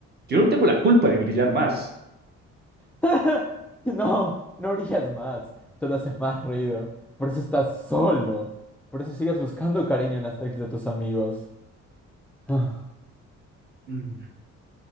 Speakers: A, on the right; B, in the centre.
A: Yo no tengo la culpa de brillar más.
B: <laughs> No, no brillas más. Solo haces más ruido. Por eso estás solo. Por eso sigues buscando cariño en las texts de tus amigos. <sighs>
A: Mm,